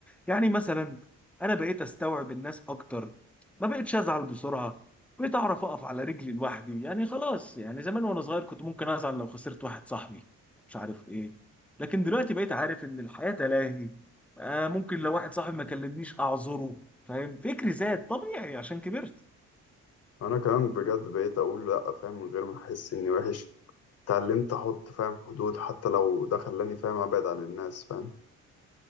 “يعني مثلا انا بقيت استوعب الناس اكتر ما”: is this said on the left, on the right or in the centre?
Centre